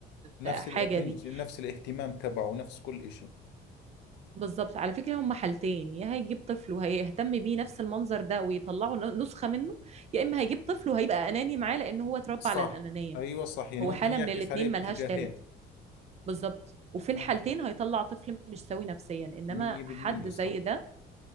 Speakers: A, on the left; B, on the right.
A: نفس
B: الحاجة
A: الاتنشن
B: دي
A: نفس الاهتمام تبعه نفس كل اشي
B: بالظبط على فكرة هما حالتين يا هيجيب طفل وهيهتم بيه نفس المنظر ده ويطلعه ن- نسخة منه يا إما هيجيب طفل وهيبقى أناني معاه لأن هو اتربى
A: صح
B: على الأنانية
A: ايوه صح يعني
B: هو
A: ممكن
B: حالة
A: يعكس
B: من الاتنين
A: عليه باتجاهين
B: ملهاش تالت بالظبط وفي الحالتين
A: مم.
B: هيطلع طفل مش سوي نفسيا إنما
A: مية بالمية
B: حد زي
A: صح
B: ده